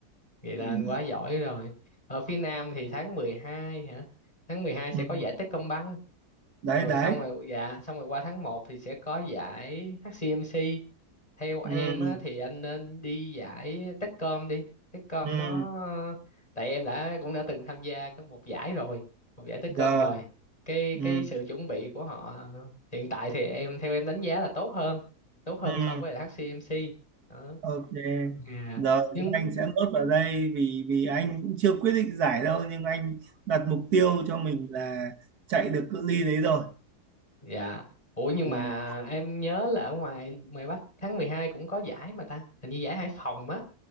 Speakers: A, on the left; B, on the right.
A: vậy là
B: Ừ,
A: anh quá giỏi rồi. Ở phía Nam thì tháng 12 hả? Tháng 12 sẽ
B: ừ,
A: có giải Techcombank,
B: đấy
A: rồi
B: đấy.
A: xong rồi dạ, xong rồi qua tháng một thì sẽ có giải HCMC. theo em
B: Ừ,
A: á, thì anh nên đi giải Techcom đi Techcom
B: ừ,
A: nó tại em đã cũng đã từng tham gia có một giải rồi một giải Techcom
B: rồi.
A: rồi cái
B: Ừ,
A: cái sự chuẩn bị của họ hiện tại thì em theo em đánh giá là tốt hơn tốt hơn
B: ừ.
A: so với là HCMC đó
B: Ok,
A: Dạ.
B: rồi
A: nhưng
B: anh sẽ nốt vào đây vì vì anh cũng chưa quyết định giải đâu nhưng anh đặt mục tiêu cho mình là chạy được cự ly đấy rồi.
A: dạ ủa nhưng
B: Ừ,
A: mà em nhớ là ở ngoài ngoài Bắc tháng 12 cũng có giải mà ta hình như giải Hải Phòng á